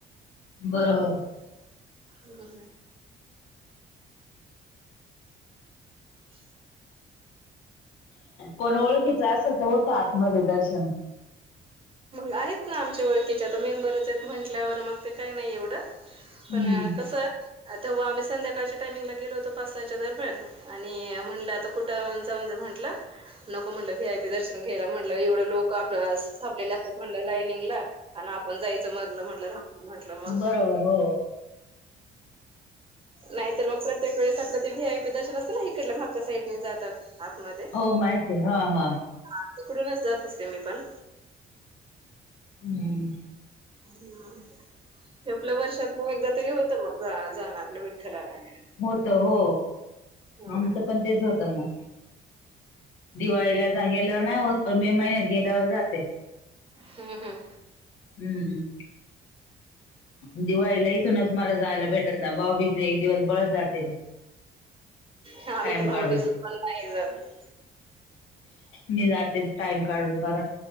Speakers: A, on the left (about 85°); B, on the right (about 25°).
A: बरोबर.
B: हो. ह <inaudible>
A: पण ओळखीच असं तर होतं आत मधे दर्शन.
B: आहेत ना, आमच्या ओळखीचे मेंबरच आहेत, म्हंटल्यावर मग ते काय नाही एवढं.
A: हम्म.
B: पण कस तवा आम्ही संध्याकाळच्या टायमिंगला गेलो होतो पाच, सहाच्या या दरम्यान. आणि म्हणलं आता कुठं मग. जाऊदे म्हटलं, नको म्हटलं वीआयपी दर्शन घ्यायला, म्हटलं एवढं लोक आपलं. थांबले असत्यात म्हटलं लाईनिंगला आणि आपण जायचं मधल म्हटलं. म्हंटलं मग.
A: बरोबर हो
B: नाही तर प्रत्येक वेळेस आपलं ते व्हीआयपी दर्शन असतं ना, इकडल्या मागच्या साईडने जातात आत मध्ये.
A: हो माहिती आहे हा, हा.
B: हा तिकडूनच जात असते मी पण.
A: हम्म.
B: ह् हे आपल्या वर्षात ना एकदा तरी होतं, मग जाणं आपलं विठ्ठलाला.
A: होत हो,
B: हा
A: आमचं पण तेच होतं मग. दिवाळीला गेल्यावर नाही होत, पण मे महिन्यात गेल्यावर जाते.
B: हम्म, हम्म.
A: हम्म. दिवाळीला इथूनच मला जायला भेटत नाही, भाऊबिजला एक दिवस बळच जाते.
B: हा
A: टाइम
B: आम्ही तर
A: काढून
B: भाऊबिजला, पण नाही जात.
A: मी जातते टाइम काढून बर